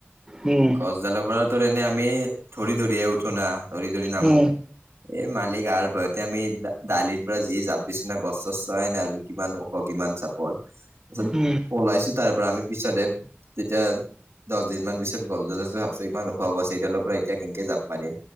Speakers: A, on the right; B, on the right.
A: উম
B: গছ জালৰ পৰাতো এনে আমি, ধৰি ধৰিয়ে উঠো না, ধৰি ধৰি নামো।
A: উম
B: এই মালিক আৰু ভয়তে আমি দালিৰ পৰা যি জাপ দিছো না, গছ- চছ চোৱাই নাই আৰু। কিমান ওখ কিমান চাপৰ, তাৰপিছত
A: উম,
B: পলাইছো তাৰ পৰা আমি পিছতে তেতিয়া দহ দিনমান পিছত গছডাল আছে, ভাবছো ইমান ওখ গছ এইডালৰ পৰা এতিয়া কে কে, জাপ মাৰিম,